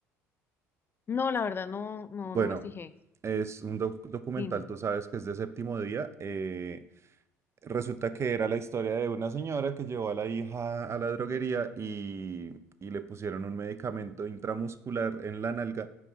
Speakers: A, on the left; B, on the right.
A: No, la verdad no, no,
B: Bueno.
A: no me fijé.
B: Es un doc- documental,
A: Dime.
B: tú sabes que es de séptimo día. eh, Resulta que era la historia de una señora que llevó a la hija a la droguería y, y le pusieron un medicamento intramuscular en la nalga